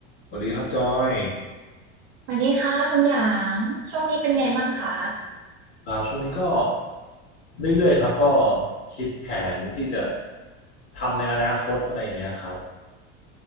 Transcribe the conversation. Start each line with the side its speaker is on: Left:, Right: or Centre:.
Left: สวัสดีครับจอย
Right: สวัสดีค่ะคุณหยางช่วงนี้เป็นไงบ้างคะ
Left: ครับช่วงนี้ก็เรื่อยๆครับก็คิดแผนที่จะทำในอนาคตอะไรอย่างเงี้ยครับ